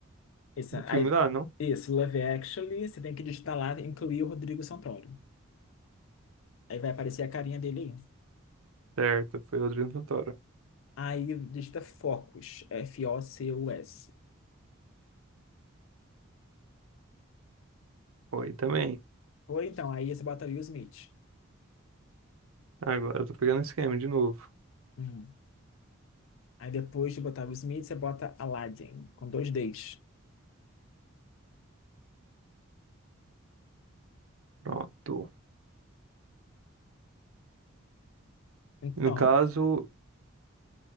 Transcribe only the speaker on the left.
Isso,
aí,
isso, Love Actually, você tem que digitar lá, incluir o Rodrigo Santoro. Aí vai aparecer a carinha dele aí.
Aí digita Focus, F-O-C-U-S.
Ou então, aí você bota Will Smith.
Hum. Aí depois de botar Will Smith, você bota Aladdin, com dois Ds.
Então,